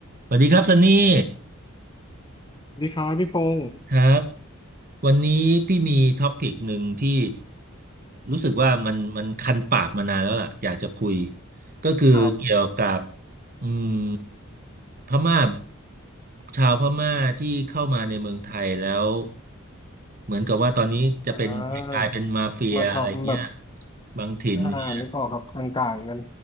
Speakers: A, on the right; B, on the left.
A: สวัสดีครับซันนี่
B: สวัสดีครับพี่พงศ์
A: ครับวันนี้พี่มีท็อปิกหนึ่งที่รู้สึกว่ามันมันคันปากมานานแล้วล่ะอยากจะคุยก็คือเกี่ยวกับ
B: ครับ
A: อืมพม่าชาวพม่าที่เข้ามาในเมืองไทยแล้วเหมือนกับว่าตอนนี้จะเป็นกลายเป็นมาเฟียอะไรเงี้ย
B: อ่ามาทำแบบ
A: บางถิ่นเนี่ย
B: อ่านึกออกครับกลางๆกัน